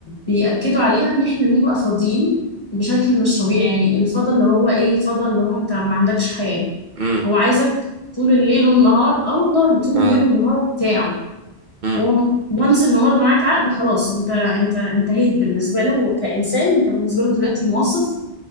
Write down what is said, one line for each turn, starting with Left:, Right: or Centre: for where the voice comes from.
Left: بيأكدوا عليها إن إحنا نبقى فاضيين بشكل مش طبيعي يعني الفضا اللي هو إيه فضا اللي هو أنت ما عندكش حياة
Right: امم
Left: هو عايزك طول الليل والنهار آه والله طول
Right: اه
Left: الليل والنهار بتاعه
Right: امم
Left: هو وانس إن مضى معاك عقد خلاص أنت أنت انتهيت بالنسبة له كإنسان أنت بالنسبة له دلوقتي موظف